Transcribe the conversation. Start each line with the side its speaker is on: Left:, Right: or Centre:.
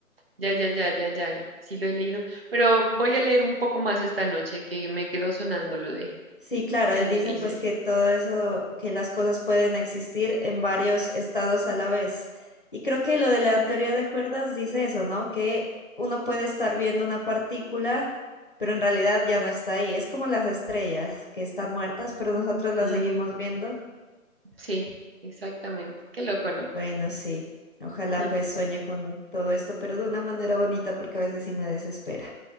Right: Ya, ya, ya, ya, ya. Sí lo he leído. Pero voy a leer un poco más esta noche, que me quedó sonando lo de
Left: Sí, claro, él
Right: que me
Left: dice
Right: dices.
Left: pues que todo eso, que las cosas pueden existir en varios estados a la vez. Y creo que lo de la teoría de cuerdas dice eso, ¿no? Que uno puede estar viendo una partícula, pero en realidad ya no está ahí. Es como las estrellas que están muertas, pero nosotros las
Right: Mm,
Left: seguimos viendo.
Right: sí, exactamente. Qué loco, ¿no?
Left: Bueno, sí. Ojalá
Right: Mm.
Left: pues sueñe con todo esto, pero de una manera bonita porque a veces sí me desespera.